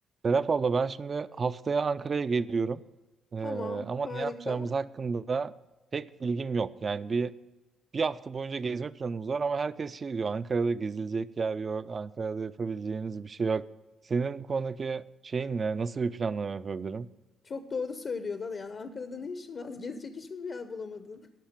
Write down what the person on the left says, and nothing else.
Tamam,
harika.
Çok doğru söylüyorlar. Yani Ankara'da ne işin var? <laughs> Gezecek hiçbir bir yer bulamadın?